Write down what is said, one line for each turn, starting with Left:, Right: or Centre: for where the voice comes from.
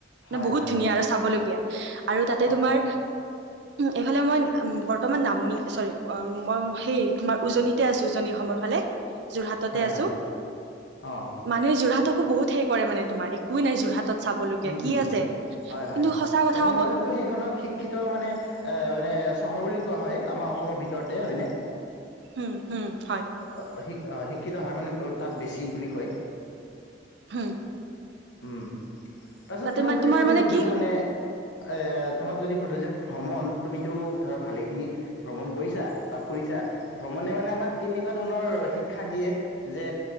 Left: হয়
Right: নে বহুত
Left: হয়
Right: ধুনীয়া আৰু চাবলগীয়া। আৰু তাতে
Left: অ
Right: তোমাৰ এইফালে মই বৰ্তমান নামনি চৰি মই সেই তোমাৰ উজনিতে আছো উজনি অসমৰ ফালে। যোৰহাটতে
Left: হয়
Right: আছো।
Left: হয় অ
Right: মানে যোৰহাট তাকো বহুত হে পৰে মানে তোমাৰ একোৱেই নাই যোৰহাটত। চাবলগীয়া
Left: উম,
Right: কি
Left: উম,
Right: আছে
Left: হয় হয়,
Right: কিন্তু সঁচা কথা
Left: প্ৰথম
Right: ক'ব
Left: কথাটো সেইখনক শিক্ষিত মানে এ মানে চহৰ বুলি ক কোৱা হয় আমাৰ অসমৰ ভিতৰতে হয়নে।
Right: হম হম। হয়
Left: অ', সিক অ', শিক্ষিত হাৰ মানে বহুত তাত বেছি বুলি কয়।
Right: হম
Left: উম। তাৰপিছত
Right: তাতে
Left: তোমাক
Right: মানে
Left: যদি
Right: তোমাৰ
Left: মই এতিয়া সুধোঁ
Right: কি
Left: মানে এ তোমাক যদি সুধো যে ভ্ৰমণ তুমিতো ধৰা ভালেখিনি ভ্ৰমণ কৰিছা বা ফুৰিছা। ভ্ৰমণে মানে আমাক তেনেকুৱা ধৰণৰ শিক্ষা দিয়ে যে